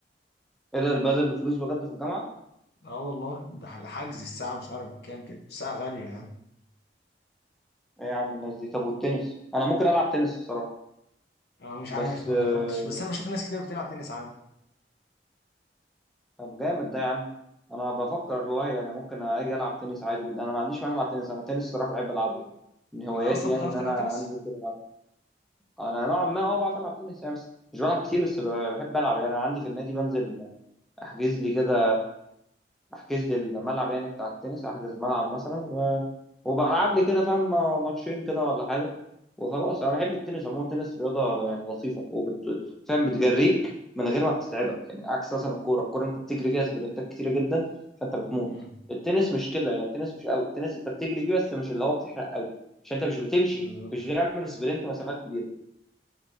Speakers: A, in the centre; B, on the left (about 60°).
A: ايه ده البادل بفلوس بجد في الجامعه
B: اه والله ده الحجز الساعه مش عارف بكام كده الساعه غاليه يعني
A: ايه يا عم الناس دي طب والتنس انا ممكن العب تنس الصراحه
B: اه مش عارف
A: بس
B: ما
A: آه،
B: جربتش بس انا بشوف ناس كتير بتلعب تنس عادي
A: طب جامد ده يا عم انا بفكر والله يعني ممكن اجي العب تنس عادي جدا انا ما عنديش مانع العب تنس انا تنس الصراحه بحب العبه يعني من هواياتي
B: انت اصلا
A: يعني
B: بتعرف
A: ان
B: تلعب
A: انا
B: تنس؟
A: انزل كده انا نوعا ما اه بعرف العب تنس يعني بس مش بلعب كتير بس ب- بحب العب يعني انا عندي في النادي بنزل احجز لي كده احجز لي الملعب يعني بتاع التنس احجز ملعب مثلا و... وبلعب لي كده فاهم ماتشين كده ولا حاجه وخلاص انا بحب التنس عموما التنس رياضه يعني لطيفه وبت... فاهم بتجريك من غير ما بتتعبك يعني عكس مثلا الكوره الكوره انت بتجري فيها سبرنتات كتيره جدا فانت بتموت
B: امم
A: التنس مش كده يعني التنس مش قوي التنس انت بتجري فيه بس مش اللي هو بتحرق قوي عشان انت مش بتمشي
B: بالظبط
A: مش بتعمل سبرنت مسافات كبيره